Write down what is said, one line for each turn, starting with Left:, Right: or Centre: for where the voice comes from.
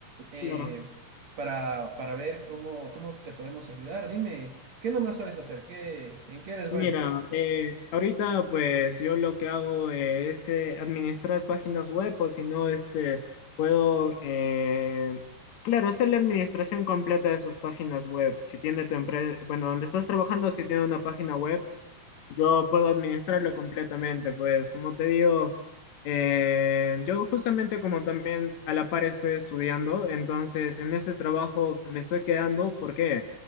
Right: eh,
Left: Claro.
Right: para, para ver cómo, cómo te podemos ayudar. Dime, ¿qué nomás sabes hacer? ¿Qué, en qué eres bueno?
Left: Mira, eh, ahorita pues yo lo que hago eh, es eh, administrar páginas web, o si no, este, puedo, eh, claro, hacer la administración completa de sus páginas web. Si tiene tu empresa, bueno, donde estás trabajando, si tiene una página web, yo puedo administrarlo completamente, pues como te digo, eh, yo justamente como también a la par estoy estudiando, entonces en ese trabajo me estoy quedando, ¿por qué?